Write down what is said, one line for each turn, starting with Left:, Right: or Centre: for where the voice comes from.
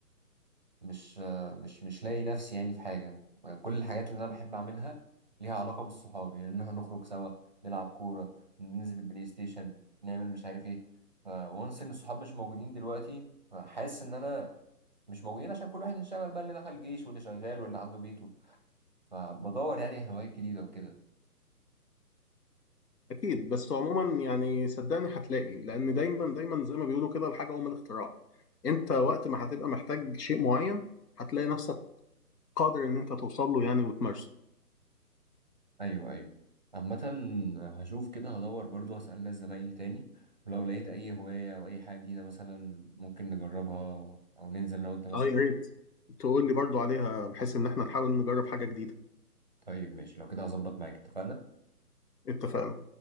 Right: مش مش مش لاقي نفسي يعني في حاجة كل الحاجات اللي أنا بحب أعملها ليها علاقة بالصحاب يعني إن إحنا نخرج سوا نلعب كورة ننزل البلاي ستيشن نعمل مش عارف إيه فونس إن الصحاب مش موجودين دلوقتي فحاسس إن أنا مش موجودين عشان كل واحد انشغل بقى اللي دخل جيش واللي شغال واللي عنده بيته فبدور يعني هوايات جديدة وكده
Left: اكيد بس عموما يعني صدقني هتلاقي لان دايما دايما زي ما بيقولوا كده الحاجة ام الاختراع انت وقت ما هتبقى محتاج شيء معين هتلاقي نفسك قادر ان انت توصل له يعني وتمارسه
Right: ايوه ايوه عامة هشوف كده هدور برضو هسأل ناس زمايلي تاني ولو لقيت اي هواية او اي حاجة جديدة مثلا ممكن نجربها او ننزل لو انت مثلا
Left: اه يا ريت تقول لي برضو عليها بحيث ان احنا نحاول نجرب حاجة جديدة
Right: طيب ماشي لو كده هظبط معاك اتفقنا
Left: اتفقنا